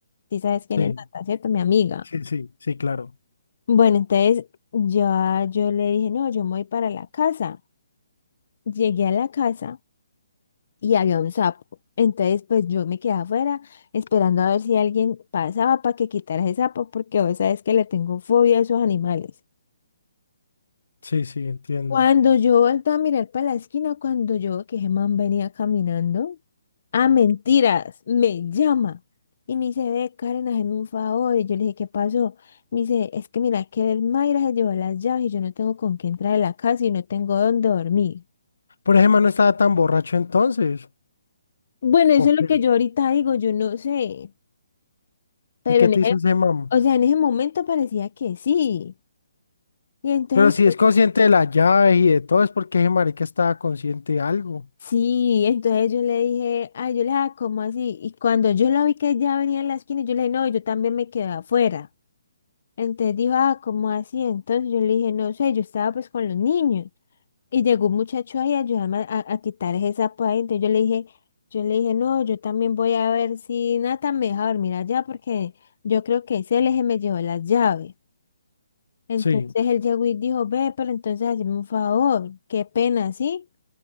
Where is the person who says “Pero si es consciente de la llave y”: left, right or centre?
Left